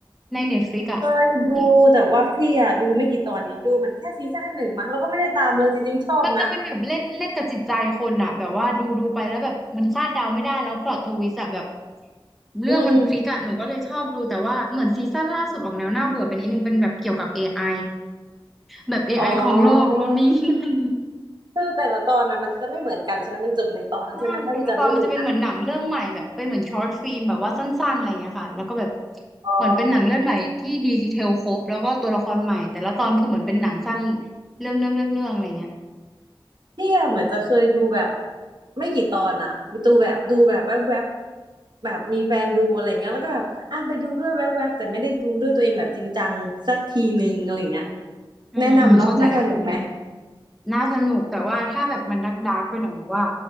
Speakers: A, in the centre; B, on the right.
A: ใน Netflix อ่ะ
B: เคยดูแต่ว่าพี่อะดูไม่กี่ตอนเองดูเหมือนแค่ซีซั่นหนึ่งมั้งแล้วก็ไม่ได้ตามเลยจริงๆชอบนะ
A: ที่มันจะเป็นแบบเล่นเล่นกับจิตใจคนอ่ะแบบว่าดูดูไปแล้วแบบมันคาดเดาไม่ได้แล้วพล็อตทวิสต์อะแบบเรื่องมันพลิกอ่ะหนูก็เลยชอบดูแต่ว่าเหมือนซีซั่นล่าสุดออกแนวน่าเบื่อไปนิดนึงเป็นแบบเกี่ยวกับ
B: อืมอืม
A: AI แบบ AI
B: อ๋อ
A: ของโลกนู่นนี่ <laughs> นั่น
B: คือแต่ละตอนอ่ะมันจะไม่เหมือนกันใช่ไหมมันจบในตอนใช่ไหมถ้าพี่จำไม่ผิดนะ
A: ใช่แต่ละตอนมันจะเป็นเหมือนหนังเรื่องใหม่แบบเป็นเหมือนช็อตฟิล์มแบบว่าสั้นๆอะไรอย่างเงี้ยค่ะแล้วก็แบบ
B: อ๋อ
A: เหมือนเป็นหนังเรื่องใหม่ที่ดีเทลครบแล้วก็ตัวละครใหม่แต่ละตอนคือเหมือนเป็นหนังสั้นเรื่องเรื่องเรื่องเรื่องอะไรเงี้ย
B: พี่อะเหมือนจะเคยดูแบบไม่กี่ตอนอ่ะมีตูแบบดูแบบแวบๆบแบบมีแฟนดูอะไรเงี้ยแล้วก็แบบอ่ะไปดูด้วยแวบๆแต่ไม่ได้ดูด้วยตัวเองแบบจริงจังสักทีนึงอะไรเงี้ย
A: อืมอืมเข้าใจละ
B: แนะนำเนาะน่าสนุกไหม
A: น่าสนุกแต่ว่าถ้าแบบมันดักดักไปหน่อยหรือว่า